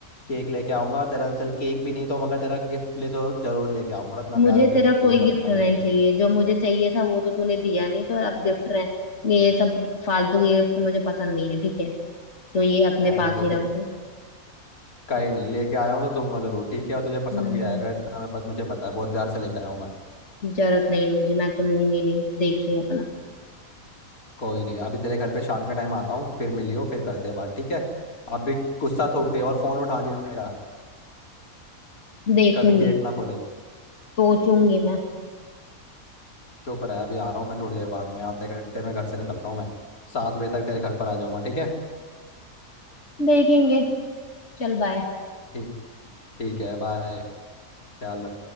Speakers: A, on the left; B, on the left.
A: केक लेके आऊंगा तेरा चल केक भी नहीं तो मगर तेरा गिफ्ट ले तो जरूर लेके आऊंगा इतना
B: मुझे
A: प्यारा
B: तेरा
A: गिफ्ट
B: कोई
A: दे
B: गिफ्ट
A: रखा है
B: नहीं
A: मैंने तेरे
B: चाहिए
A: लिए
B: जो मुझे चाहिए था वो तो तूने दिया नहीं तो अब गिफ्ट रहे ये सब फालतू के गिफ्ट मुझे पसंद नहीं है ठीक है तो ये अपने
A: रहने
B: पास ही
A: दे
B: रखो
A: कहीं नहीं लेके आया हूँ तो दूंगा जरूर ठीक है और तुझे पसंद
B: हम्म
A: भी आएगा इतना मैं मुझे पता है बहुत प्यार से लेके आया हूँ मैं
B: जरूरत नहीं है मुझे मैं तो लूंगी नहीं देख लियो अपना
A: कोई नहीं अभी तेरे घर पे शाम का टाइम आता हूँ फिर मिलियो फिर करते हैं बात ठीक है अभी गुस्सा थूक दे और फोन उठा लियो मेरा
B: देखूंगी
A: कभी गेट ना खोले
B: सोचूंगी मैं
A: चुप रहा अभी आ रहा हूँ मैं थोड़ी देर बाद में आधे घंटे में घर से निकल रहा हूँ मैं सात बजे तक तेरे घर पर आ जाऊंगा ठीक है
B: देखेंगे चल बाय
A: ठीक ठीक है बाय ख्याल रख।